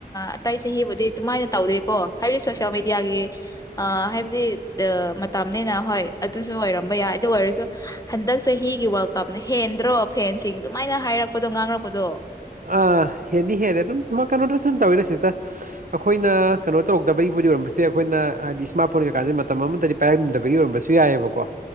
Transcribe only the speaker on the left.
ꯑꯇꯩ ꯆꯍꯤꯕꯨꯗꯤ ꯑꯗꯨꯃꯥꯏꯅ ꯇꯧꯗꯦꯀꯣ ꯍꯥꯏꯕꯗꯤ ꯁꯣꯁꯤꯦꯜ ꯃꯦꯗꯤꯌꯥꯒꯤ ꯑ ꯍꯥꯏꯕꯗꯤ ꯃꯇꯝꯅꯦꯅ ꯍꯣꯏ ꯑꯗꯨꯁꯨ ꯑꯣꯏꯔ ꯇꯝꯕ ꯌꯥꯏ ꯑꯗꯨ ꯑꯣꯏꯔꯁꯨ ꯍꯟꯗꯛ ꯆꯍꯤꯒꯤ ꯋꯥꯔꯜ ꯀꯞꯅ ꯍꯦꯟꯗ꯭ꯔꯣ ꯐꯦꯟꯁꯤꯡ ꯑꯗꯨꯃꯥꯏꯅ ꯍꯥꯏꯔꯛꯄꯗꯣ ꯉꯥꯡꯔꯛꯄꯗꯣ